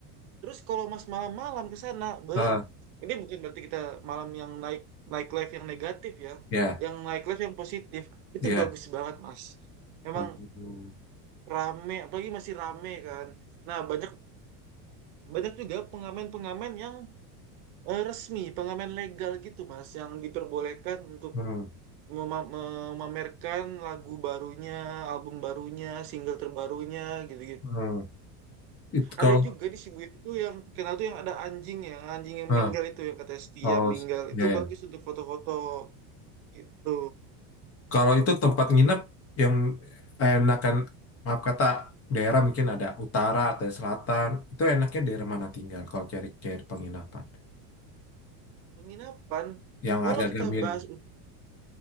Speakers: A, on the right; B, on the left.
A: Terus kalau Mas malam-malam ke sana, beh,
B: Ah,
A: ini bukan berarti kita malam yang naik naik live yang negatif ya.
B: ya,
A: Yang naik live yang positif itu
B: ya.
A: bagus banget, Mas. Emang
B: 음,
A: rame, apalagi masih rame kan. Nah, banyak banyak juga pengamen-pengamen yang eh, resmi, pengamen legal gitu, Mas, yang diperbolehkan untuk
B: 음,
A: mema- me- memamerkan lagu barunya, album barunya, single terbarunya gitu-gitu.
B: 음. Itu
A: Ada
B: kalau,
A: juga di Shibuya itu yang kenal tuh yang ada anjing ya, anjing yang
B: ah,
A: meninggal itu yang katanya setia
B: oh,
A: meninggal.
B: ya,
A: Itu
B: ya.
A: bagus untuk foto-foto gitu.
B: Kalau itu tempat nginep yang enakan, maaf kata, daerah mungkin ada utara atau selatan, itu enaknya daerah mana tinggal kalau cari-cari penginapan?
A: Penginapan,
B: Yang
A: kalau
B: harga-harga
A: kita
B: miring.
A: bahas